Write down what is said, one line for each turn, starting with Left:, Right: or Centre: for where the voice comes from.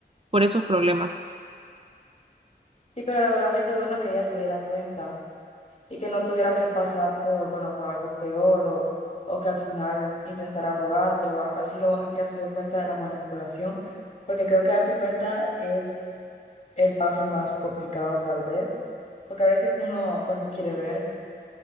Right: por esos problemas.
Left: Sí, pero la verdad que qué bueno que ella se diera cuenta y que no tuviera que pasar por, bueno, por algo peor o, o que al final intentara rogarle o algo así. Lo bueno es que ella se dio cuenta de la manipulación, porque creo que darse cuenta es el paso más complicado tal vez, porque a veces uno pues no quiere ver,